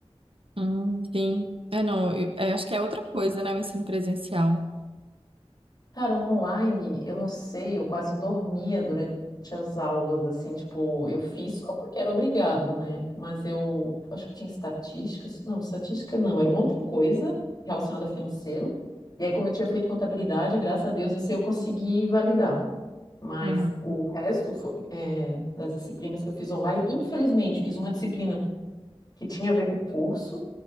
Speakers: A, on the right (about 60°); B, on the left (about 40°).
A: Hum, sim. É, não, eu- é, acho que é outra coisa, né? O ensino presencial.
B: Cara, um online, eu não sei, eu quase dormia durante as aulas, assim, tipo, eu fiz só porque era obrigado, né? Mas eu acho que tinha estatística, se- não, estatística não, era uma outra coisa relacionada a financeiro. E aí, como eu tinha feito contabilidade, graças a Deus, esse eu consegui validar. Mas
A: Uhum.
B: o resto foi, é, das disciplinas que eu fiz online, infelizmente, fiz uma disciplina que tinha a ver com o curso,